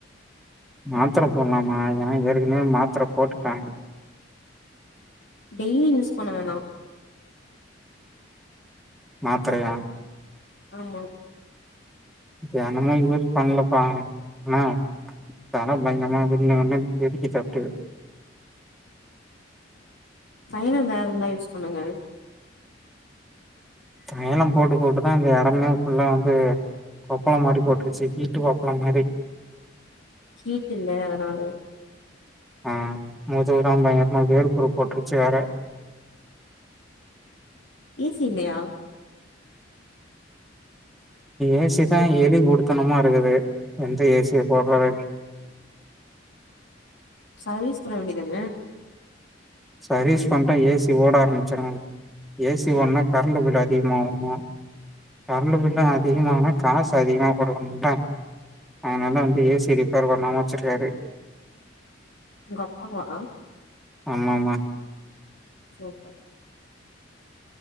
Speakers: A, in the centre; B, on the left.
A: மாத்திர போடலாமா நா ஏற்கனவே மாத்தர போட்டுட்ட
B: டெய்லி யூஸ் பண்ண வேணா
A: மாத்தரையா
B: ஆமா
A: தெனமும் யூஸ் பண்லப்பா நா தல பயங்கரமா வின்னு வின்னு தெரிக்குது பயங்கரமா
B: தைய்ல எதாவது இருந்தா யூஸ் பண்ணுங்க
A: தைய்லோ போட்டு போட்டுதா இந்த எடமே புள்ளா வந்து கொப்பளம் மாரி போட்டுருச்சு ஹீட்டு கொப்பளம் மேரி
B: ஹீட்டில்ல அதனால
A: ம் முதுகு பூர பயங்கரமா வேர்குரு போட்டுருச்சு வேற
B: ஏசி இல்லயா
A: ஏசி தான் எலி குடுத்தனமா இருக்குது வந்து ஏசிய போட்ற வேண்டியது
B: சர்வீஸ் பண்ண வேண்டியது தானே
A: சர்வீஸ் பண்ணா ஏசி ஓட ஆரம்பிச்சிடும் ஏசி ஓடுனா கரண்டு பில் அதிகமாகும் கரண்டு பில்லும் அதிகமான காசு அதிகமா குடுக்கணுதா அதனால வந்து ஏசியா ரிப்பேர் பண்ணாம வச்சிருக்காரு
B: உங்க அப்பா வா
A: ஆமாம்மா
B: சூப்பர்